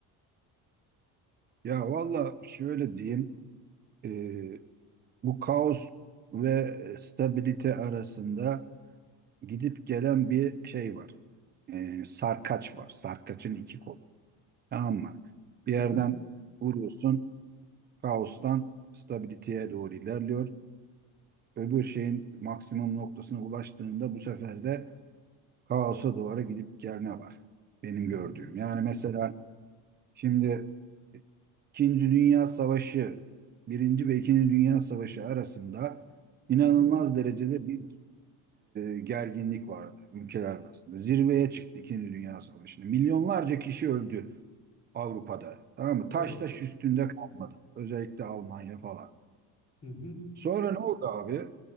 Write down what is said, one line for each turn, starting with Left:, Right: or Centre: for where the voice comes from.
Right: Ya valla şöyle diyeyim. e, bu kaos ve stabilite arasında gidip gelen bir şey var. E, sarkaç var. Sarkaçın iki kolu. Tamam mı? Bir yerden
Left: Hı hı,
Right: vuruyorsun. Kaostan stabiliteye doğru ilerliyor. Öbür şeyin maksimum noktasına ulaştığında bu sefer de kaosa doğru gidip gelme var. Benim
Left: hı
Right: gördüğüm.
Left: hı,
Right: Yani mesela şimdi İkinci Dünya Savaşı, Birinci ve İkinci Dünya Savaşı arasında inanılmaz
Left: hı hı,
Right: derecede bir e, gerginlik vardı ülkeler arasında. Zirveye çıktı İkinci Dünya Savaşı'nda. Milyonlarca kişi öldü Avrupa'da. Tamam mı? Taş
Left: Evet.
Right: taş üstünde kalmadı. Özellikle Almanya falan.
Left: hı hı.
Right: Sonra ne oldu abi?